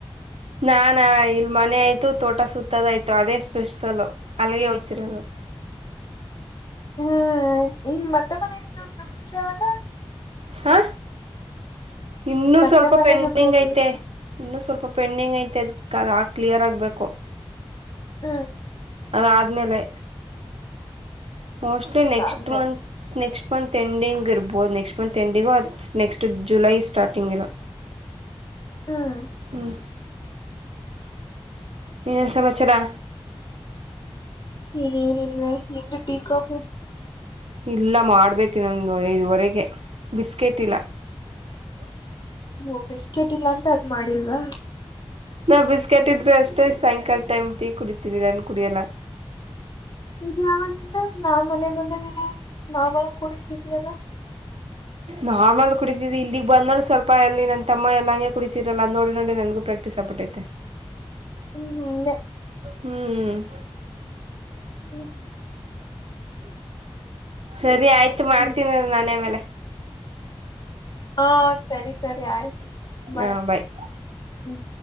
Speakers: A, on the right; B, on the left.
A: ನಾಾನಾ ಇಲ್ ಮನೆ ಆಯ್ತು ತೋಟ ಸುತ್ತದಾಯ್ತು ಅದೇ ಸ್ಪೆಷಸಲ್ ಅಲ್ಲಿಗೆ ಹೋಗ್ತಿರೋದು
B: ಹ್ಮ್ ಇನ್ ಮತ್ತೆ ಮನದು ಪ್ರಪುಶ ಯಾವಾಗ
A: ಹಾ ಇನ್ನುೂ
B: ನಿಮ್
A: ಸ್ವಲ್ಪ
B: ಅತ್ತೆ ಮನೆದು
A: ಪೆಂಡಿಂಗ್
B: ಗೃಹಪ್ರವೇಶ
A: ಐತೆ ಇನ್ನು ಸ್ವಲ್ಪ ಪೆಂಡಿಂಗ್ ಐತೆ ಅದ ದ ಆ ಕ್ಲಿಯರ್ ಆಗ್ಬೇಕು
B: ಹ್ಮ
A: ಅದ ಆದ್ಮೇಲೆ ಮೋಸ್ಟ್ಲಿ
B: ಅದಾದ್ಮೇಲೆ
A: ನೆಕ್ಸ್ಟ್ ಮಂತ್ ನೆಕ್ಸ್ಟ್ ನಟ್ ಮಂತ್ ಎಂಡಿಂಗ್ ಇರ್ಬೋದು next month ending next July starting ಇಲ್ಲ
B: ಹ್ಮ್
A: ಹ್ಮ್ ಏನ್ ಸಮಮಚರಾ
B: ಇನ್ೇನಿಲ್ಲ ನಿಗೆ ಟೀ ಕಾಫಿ
A: ಇಲ್ಲ ಮಾಡ್ಬೇಕು ಇನ್ನೊಂದು ಐದುವರೆಗೆ ಬಿಸ್ಕೆಟ್ ಇಲ್ಲ
B: ಹ ಬಿಸ್ಕೆಟ್ ಇಲ್ಲ ಅಂತ ಅದ್ ಮಾಡಿಲ್ವಾ
A: ನಾ ಬಿಸ್ಕೆಟ್ ಇದ್ರೆ ಅಷ್ಟೇ ಸಾಯಂಕಾಲ ಟೈಮ್ ಟೀ ಕುಡಿತೀನಿ ನನ್ ಕುಡಿಯಲ್ಲ
B: ಇಗ ಯಾವಾಗಿಂತ ನಾ ಮನೆ ಬಂದಾಗಲ್ಲ ನಾವವು ಮಳ ಕುಡತಿದವಿ ಅಲ್ಲ
A: ನಾರ್ಮಲ್ ಕುಡಿತಿದಿದ್ದ ಇಲ್ಲಿಗ್ ಬಂದ್ರ ಸ್ವಲ್ಪ ಎಲ್ಲಿ ನನ್ ತಮ್ಮ ಎಲ್ಲಂಗೆ ಕುಡಿತೀರಲ್ಲ ನೋಡಿ ನೋಡಿ ನ ಪ್ರಾಕ್ಟಿಸ್ ಆಗ್ಿಟ್ಟೈತೆ
B: ಹ್ಮ್ ಅಂದ
A: ಹ್ಮ್
B: ಹ್ಮ್
A: ಸರಿ ಆಯ್ತು
B: ಹ್ಮ್
A: ಮಾಡ್ತೀನಿ ನಾನ ಮೇಲೆ
B: ಹಾ ಸರಿ ಸರಿ ಆಯ್ತು ಬೈ್
A: ಹಾ ಬಾಯ್
B: ಹ